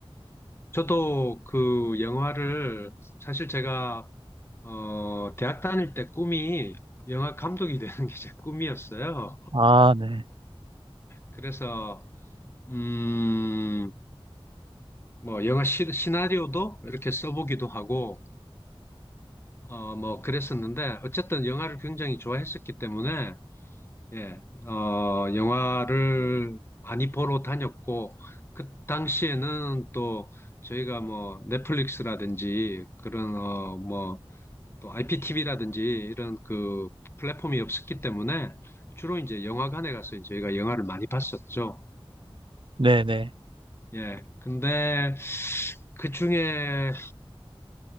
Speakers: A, on the left; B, on the right.
A: 저도 그 영화를 사실 제가 어 대학 다닐 때 꿈이 영화 감독이 되는 게 제 꿈이었어요.
B: 아, 네.
A: 그래서 음 뭐 영화 시, 시나리오도 이렇게 써보기도 하고 어 뭐 그랬었는데 어쨌든 영화를 굉장히 좋아했었기 때문에 예, 어, 영화를 많이 보러 다녔고, 그 당시에는 또 저희가 뭐 넷플릭스라든지 그런, 어, 뭐 또 IPTV라든지 이런 그 플랫폼이 없었기 때문에 주로 이제 영화관에 가서 저희가 영화를 많이 봤었죠.
B: 네네.
A: 예, 근데 그 중에